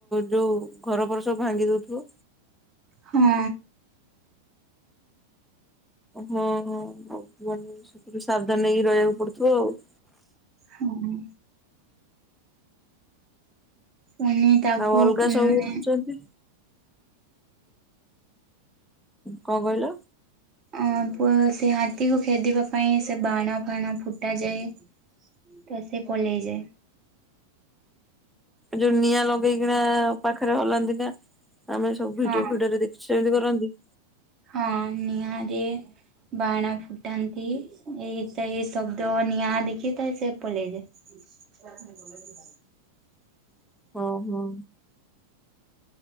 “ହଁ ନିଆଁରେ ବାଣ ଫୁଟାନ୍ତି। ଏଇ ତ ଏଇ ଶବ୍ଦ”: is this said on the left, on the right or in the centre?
Right